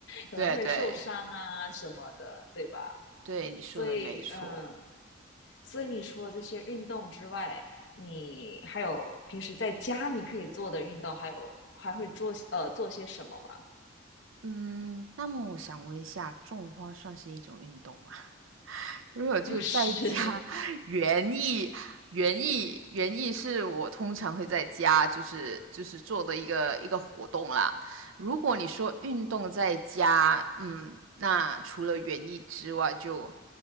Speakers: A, on the left; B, on the right.
A: 可能会受伤啊什么的，
B: 对对
A: 对吧？
B: 对，你说的没错。
A: 所以，嗯，所以你除了这些运动之外，你还有平时在家你可以做的运动，还有还会做呃做些什么吗？
B: 嗯，那么我想问一下，种花算是一种运动吗？如果就在家，
A: <laughs> 不是，
B: <laughs> 园艺，园艺，园艺是我通常会在家，就是就是做的一个一个活动啦。如果你说运动在家，嗯，那除了园艺之外就，